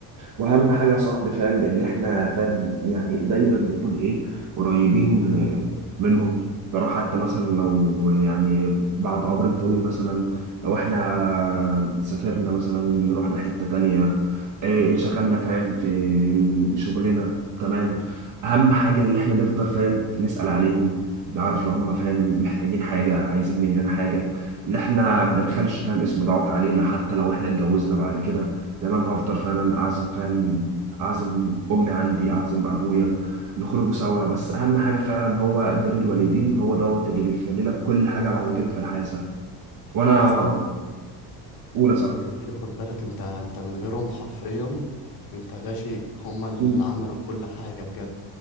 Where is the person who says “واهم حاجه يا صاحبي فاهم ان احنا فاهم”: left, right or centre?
Right